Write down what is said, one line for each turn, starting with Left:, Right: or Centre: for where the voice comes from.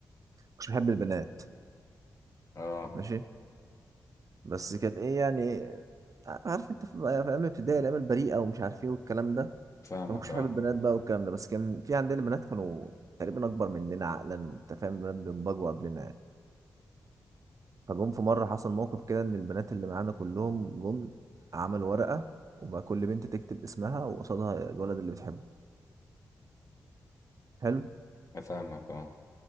Right: مش بحب البنات
Left: اه
Right: ماشي بس كان إيه يعني آه، عارف أنت في في أيام الابتدائي الأيام البريئة ومش عارف إيه والكلام ده
Left: فاهمك
Right: فما كنتش
Left: اه
Right: بحب البنات بقى والكلام ده بس كان في عندنا بنات كانوا تقريبا أكبر مننا عقلا أنت فاهم البنات بينضجوا قبلنا يعني فجم في مرة حصل موقف كده إن البنات اللي معانا كلهم جم عملوا ورقة وبقى كل بنت تكتب اسمها وقصادها الولد اللي بتحبه حلو
Left: فاهمك اه